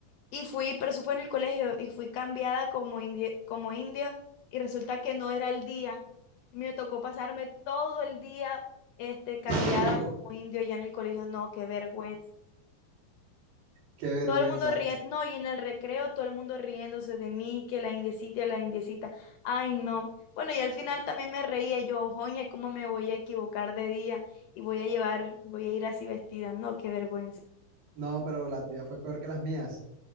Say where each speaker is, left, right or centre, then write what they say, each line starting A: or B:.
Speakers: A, on the left; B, on the right.
A: Y fui, pero eso fue en el colegio y fui cambiada como india, como india y resulta que no era el día. Me tocó pasarme todo el día este, cambiada
B: <laughs>
A: como indio ya en el colegio. No, qué vergüenza.
B: qué vergüenza.
A: Todo el mundo riendo, no, y en el recreo todo el mundo riéndose de mí, que la indecita, la indecita, ay no. Bueno, y al final también me reía yo, joña, ¿cómo me voy a equivocar de día? Y voy a llevar, voy a ir así vestida, no, qué vergüenza.
B: No, pero la tuya fue peor que las mías.